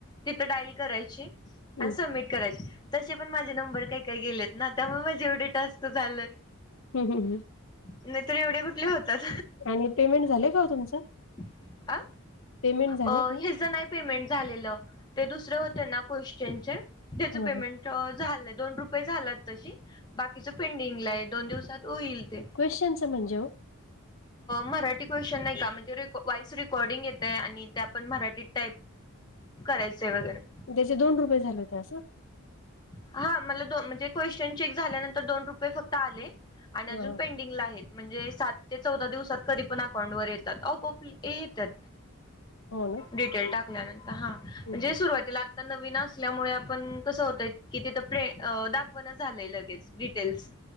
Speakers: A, on the left (about 20°); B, on the left (about 65°).
A: तिथं डाईल करायची. आणि
B: हम्म
A: सबमिट करायच. तसे पण माझे नंबर काही काही गेलेत ना त्यामुळे माझे एवढे टास्क झालेत.
B: हम्म हम्म.
A: नाहीतर एवढे कुठले होतात.
B: आणि पेमेंट झाले का तुमचं?
A: अ
B: पेमेंट झालं
A: अ
B: का
A: हेज नाही. पेमेंट झालेलं ते दुसरे होते ना क्वेश्चन चे. त्याच
B: ह
A: पेमेंट
B: ह
A: झालंय दोन रुपये झालात तशी, बाकीचं पेंडिंगला आहे दोन दिवसात होईल ते.
B: क्वेशचनच म्हणजे ओ.
A: मराठी क्वेश्चन नाही का म्हणजे, वॉइस रेकॉर्डिंग येत आहे आणि ते आपण मराठीत टाईप. करायचंय वगैरे.
B: त्याचे दोन रुपये झाले होते असं.
A: हा मला दो म्हणजे क्वेश्चन चेक झाल्यानंतर दोन रुपये फक्त आले आणि
B: ह
A: अजून. पेंडिंगला म्हणजे सात ते चौदा दिवसात कधी पण अकाउंट वर येतात आपोआप येतात.
B: हो ना
A: डिटेल टाकल्यानंतर, हा
B: हं,
A: म्हणजे
B: हं.
A: सुरवातीला. आता नवीन असल्यामुळे आपण कसं होतय. कि तिथं प्रे दाखवाण झालंय लगेच डिटेल्स